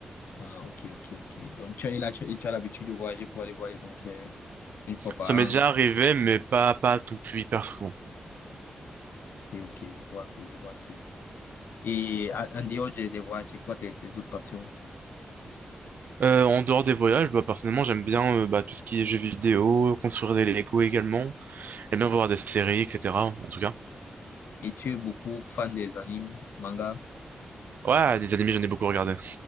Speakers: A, on the left; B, on the right.
A: Ah, ok, ok, ok. Donc, tu es là, tu, et tu as l'habitude de voyager pour aller voir les concerts une fois par
B: Ça m'est déjà
A: an.
B: arrivé, mais pas, pas non plus hyper souvent.
A: Ok, ok, je vois un peu, je vois un peu. Et en en dehors des des voix, c'est quoi tes, tes autres passions?
B: Euh, en dehors des voyages, bah, personnellement, j'aime bien euh, bah, tout ce qui est jeux vidéo, construire des Lego également. J'aime bien voir des séries, etc. En tout cas.
A: Et tu es beaucoup fan des animes, manga?
B: Ouais, des animés, j'en ai beaucoup regardé.